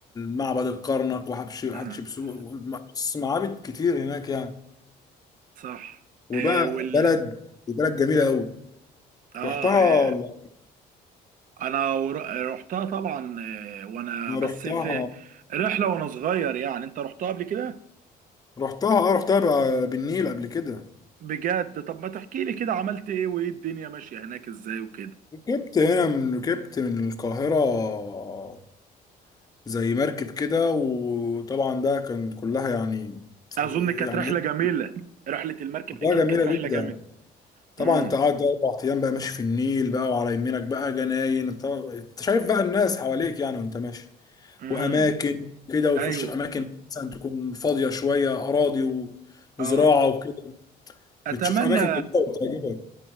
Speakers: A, on the left; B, on the right.
A: معبد الكرنك وحتشبسوت
B: <clears throat>
A: بص معابد كتير هناك يعني
B: صح
A: وبقى
B: آه وال
A: بلد بلد جميله قوي
B: اه,
A: رحتها
B: آه
A: انا
B: انا ور- رحتها طبعا آه وانا بس
A: رحتها
B: في رحلة وانا صغير يعني انت رحتها قبل كده
A: رحتها اه رحتها بقى بالنيل قبل كده
B: بجد طب ما تحكي لي كده عملت ايه وايه الدنيا ماشية هناك ازاي وكده
A: ركبت هنا من ركبت من القاهره زي مركب كده وطبعا ده كان كلها يعني
B: اظن كانت
A: يعني
B: رحلة
A: ايه
B: جميلة رحلة المركب
A: كلها
B: اكيد
A: جميله
B: كانت رحلة
A: جدا
B: جميلة
A: طبعا
B: امم
A: انت قاعد اربع ايام بقى ماشي في النيل بقى وعلى يمينك بقى جناين انت انت شايف بقى الناس حواليك يعني وانت ماشي
B: امم
A: واماكن كده وتخش
B: ايوه
A: في اماكن مثلا تكون فاضيه شويه اراضي و-
B: اه
A: وزراعه وكده
B: اتمنى
A: بتشوف اماكن جميله وبتعجبك